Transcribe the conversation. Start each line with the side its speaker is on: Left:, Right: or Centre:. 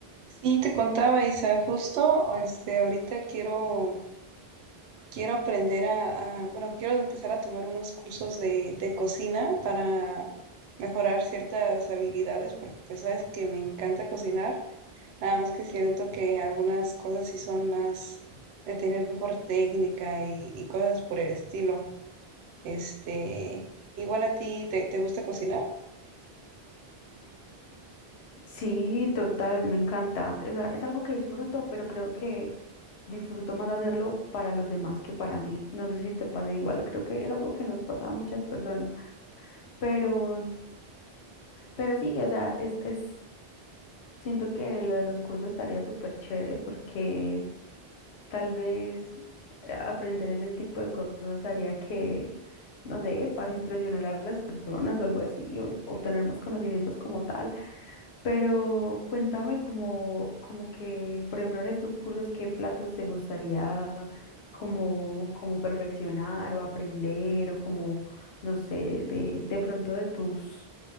Right: Sí, te contaba, Isa, justo, este, ahorita quiero, quiero aprender a, a- bueno, quiero empezar a tomar unos cursos de, de cocina para mejorar ciertas habilidades, porque pues sabes que me encanta cocinar, nada más que siento que algunas cosas sí son más de tener mejor técnica y, y cosas por el estilo. Este, igual a ti, ¿te, te gusta cocinar?
Left: Sí, total, me encanta. O sea, es algo que disfruto, pero creo que disfruto más hacerlo para los demás que para mí. No sé si te pasa igual, creo que es algo que nos pasa a muchas personas. Pero, pero sí, o sea, es, es, siento que lo de los cursos estaría súper chévere porque tal vez eh, aprender ese tipo de cosas haría que, no sé, para impresionar a las personas o algo así, o, o tener más conocimientos como tal. Pero cuéntame como, como que, por ejemplo, en estos cursos, ¿qué platos te gustaría como, como perfeccionar o aprender o como, no sé, de, de pronto de tus